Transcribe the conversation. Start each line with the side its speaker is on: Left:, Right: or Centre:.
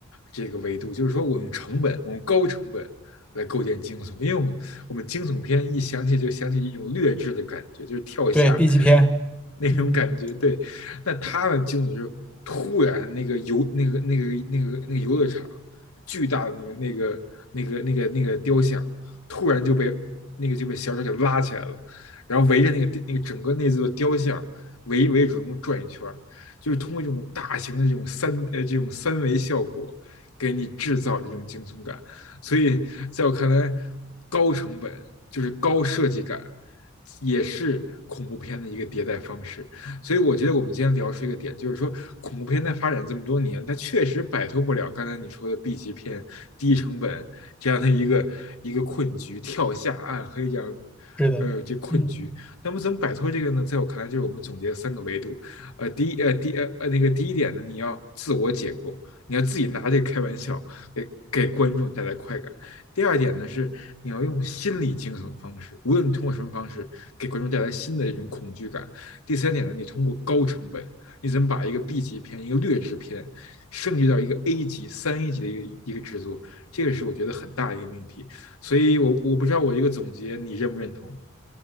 Left: 这个维度，就是说我用成本，我用高成本来构建惊悚，因为我们我们惊悚片一想起就想起一种劣质的感觉，就是跳下
Centre: 对，B 级片，
Left: 那种感觉。
Centre: 嗯，
Left: 对，那他的惊悚就是突然那个游那个那个那个那个游乐场巨大的那个那个那个那个那个雕像，突然就被那个就被小丑给拉起来了，然后围着那个那个整个那座雕像围围着主人公转一圈。就是通过这种大型的这种三呃这种三维效果，给你制造这种惊悚感。所以在我看来，高成本就是高设计感，也是恐怖片的一个迭代方式。所以我觉得我们今天聊出一个点，就是说恐怖片在发展这么多年，它确实摆脱不了刚才你说的 B 级片、低成本这样的一个一个困局，跳下暗黑这样。
Centre: 是的，
Left: 呃，这困局，
Centre: 嗯。
Left: 那么怎么摆脱这个呢？在我看来，就是我们总结三个维度：呃，第一呃第呃呃那个第一点呢，你要自我解构，你要自己拿这个开玩笑，给给观众带来快感。第二点呢是你要用心理惊悚方式，无论通过什么方式，给观众带来新的这种恐惧感。第三点呢，你通过高成本，你怎么把一个 B 级片、一个劣质片升级到一个 A 级、三 A 级的一个一个制作，这个是我觉得很大的一个命题。所以我我不知道我一个总结你认不认同，